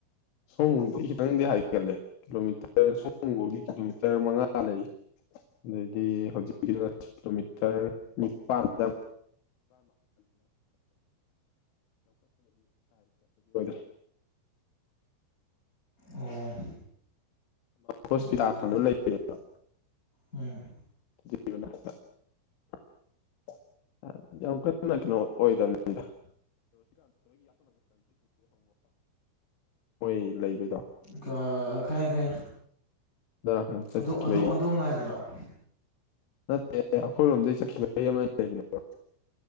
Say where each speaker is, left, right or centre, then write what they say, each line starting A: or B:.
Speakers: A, on the left; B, on the left.
A: ꯁꯋꯣꯝꯕꯨꯡꯗꯩ ꯈꯤꯇꯪꯗꯤ ꯍꯥꯏꯒꯠꯂꯦ ꯀꯤꯂꯣꯃꯤꯇꯔ ꯁꯋꯣꯝꯕꯨꯡꯒꯤ ꯀꯤꯂꯣꯃꯤꯇꯔ ꯃꯉꯥ ꯂꯩ꯫ ꯑꯗꯩꯗꯤ ꯍꯧꯖꯤꯛꯀꯤꯗ ꯀꯤꯂꯣꯃꯤꯇꯔ ꯅꯤꯄꯥꯟꯗ <unintelligible> <unintelligible>
B: ꯑꯣ꯫
A: ꯍꯣꯁꯄꯤꯇꯥꯜꯗꫭ
B: ꯑꯗꯨꯗꯤ
A: ꯂꯩꯔꯒ
B: ꯎꯝ
A: <unintelligible> ꯅ ꯀꯩꯅꯣ ꯑꯣꯏꯗꯕꯅꯤꯗ꯫ <unintelligible> ꯂꯩꯕꯩꯗꯣ
B: ꯀꯥ ꯈꯪꯑꯦ-ꯈꯪꯑꯦ꯫
A: ꯑꯗꯣ ꯅꯥꯀꯟ ꯆꯠꯈꯤꯕꯩ
B: ꯑꯗꯨ ꯑꯗꯨ ꯑꯗꯨꯝ ꯂꯥꯏꯗꯔꫭ꯫
A: ꯅꯠꯇꯦ ꯑꯩꯈꯣꯏꯔꯣꯝꯗꯒꯤꯩ ꯆꯠꯈꯤꯕ ꯂꯩ ꯑꯃ ꯂꯩꯕꯅꯦꯕ꯫